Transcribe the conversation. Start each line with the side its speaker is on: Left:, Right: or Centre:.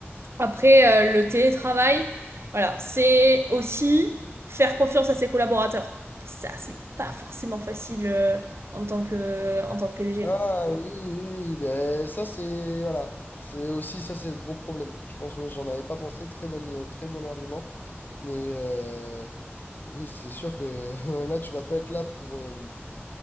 Right: après, euh, le télétravail, voilà, c'est aussi faire confiance à ses collaborateurs. Et ça, c'est pas forcément facile euh, en tant que, en tant que PDG,
Left: Ah
Right: quoi.
Left: oui, oui, oui, ben ça c'est voilà, c'est aussi ça c'est le gros problème. Je pense que j'en avais pas pensé, très bon, très bon argument, mais euh, oui c'est sûr que <laughs> là tu vas pas être là pour euh,